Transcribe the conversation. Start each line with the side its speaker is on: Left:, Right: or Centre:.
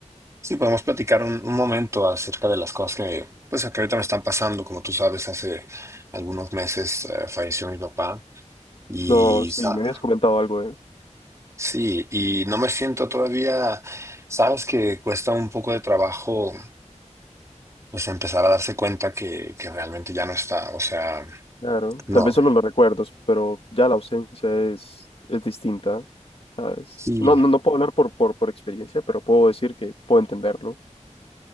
Right: si podemos platicar un, un momento acerca de las cosas que, pues, que ahorita me están pasando. Como tú sabes, hace algunos meses eh, falleció mi papá y
Left: No, sí,
Right: sa-
Left: me habías comentado algo, ¿eh?
Right: sí, y no me siento todavía, sabes que cuesta un poco de trabajo pues empezar a darse cuenta que, que realmente ya no está. O sea,
Left: Claro.
Right: no.
Left: Tal vez solo los recuerdos, pero ya la ausencia es, es distinta, ¿sabes?
Right: Sí,
Left: No, no, no puedo hablar por, por, por experiencia, pero puedo decir que puedo entenderlo.